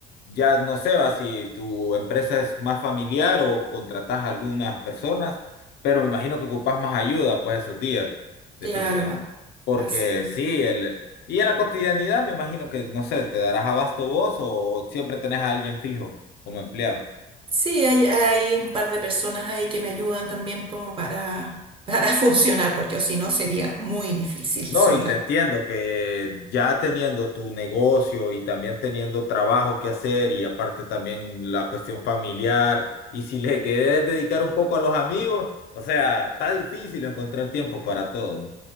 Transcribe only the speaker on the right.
Claro,
así es.
Sí, hay, hay un par de personas ahí que me ayudan también como para, para <laughs> funcionar, porque si no sería muy difícil
sola,